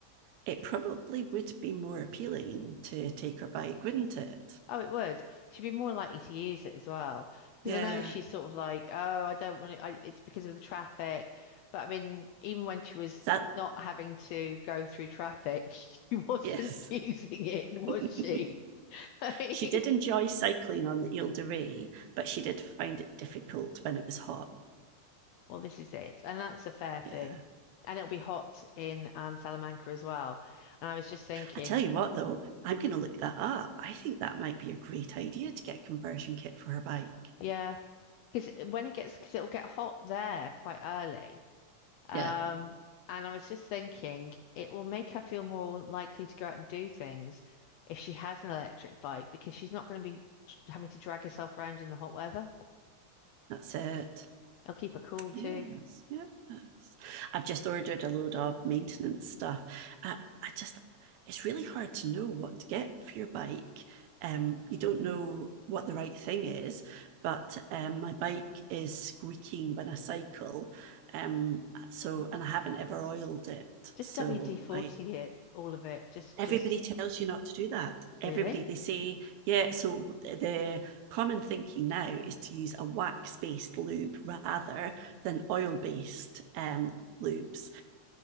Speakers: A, on the right; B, on the left.
A: it probably would be more appealing to take her bike, wouldn't it?
B: Oh, it would. She'd be more likely to use it as well because
A: Yeah.
B: I know she's sort of like, oh, I don't want to. I, it's because of the traffic. But I mean, even when she was
A: that
B: not having to go through traffic, <laughs> she wasn't
A: yes.
B: <laughs> using it, was
A: <laughs>
B: she? <laughs>
A: she did enjoy cycling on the Ile de Ré, but she did find it difficult when it was hot.
B: Well, this is it, and that's a fair thing.
A: Yeah.
B: And it'll be hot in um, Salamanca as well. And I was just thinking,
A: I tell you what though, I'm gonna look that up. I think that might be a great idea to get a conversion kit for her bike.
B: yeah, because when it gets, because it'll get hot there quite early. Um,
A: Yeah,
B: and I was just thinking, it will make her feel more likely to go out and do things if she has an electric bike because she's not going to be tr- having to drag herself around in the hot weather.
A: that's it.
B: It'll keep her cool too.
A: Yes, yes. I've just ordered a load of maintenance stuff. I, I just, it's really hard to know what to get for your bike. Um, you don't know what the right thing is, but um, my bike is squeaking when I cycle. Um, so, and I haven't ever oiled it.
B: Just
A: So
B: WD-40
A: I,
B: it, all of it. Just,
A: everybody
B: just
A: tells you not to do that everybody
B: really?
A: they say yeah so the common thinking now is to use a wax based lube rather than oil based um, lubes